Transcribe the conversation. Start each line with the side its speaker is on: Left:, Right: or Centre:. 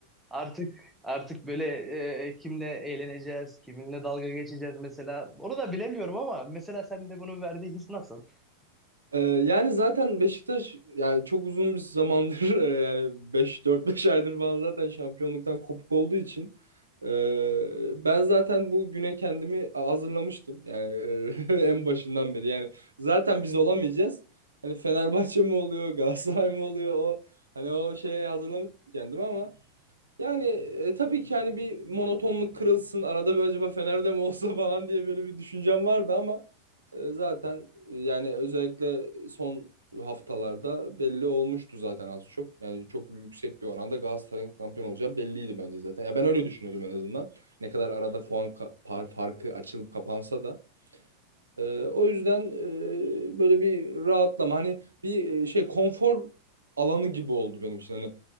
Centre: Artık artık böyle e, kimle eğleneceğiz, kiminle dalga geçeceğiz mesela. Onu da bilemiyorum ama mesela sen de bunun verdiği his nasıl?
Right: Ee, yani zaten Beşiktaş yani çok uzun bir zamandır <laughs> e, yani beş dört beş aydır falan zaten şampiyonluktan kopuk olduğu için e, ben zaten bu güne kendimi hazırlamıştım. Yani e, <laughs> en başından beri. Yani zaten biz olamayacağız. Hani Fenerbahçe mi oluyor, Galatasaray mı oluyor o hani o şeye hazırlamıştım kendimi ama Yani e, tabii ki hani bir monotonluk kırılsın arada bir acaba Fener'de mi olsa <laughs> falan diye böyle bir düşüncem vardı ama e, zaten e, yani özellikle son haftalarda belli olmuştu zaten az çok. Yani çok yüksek bir oranda Galatasaray'ın şampiyon olacağı belliydi bence zaten. Ya ben öyle düşünüyordum en azından. Ne kadar arada puan ka- par farkı açılıp kapansa da. E, o yüzden e, böyle bir rahatlama hani bir e, şey konfor alanı gibi oldu benim için. Hani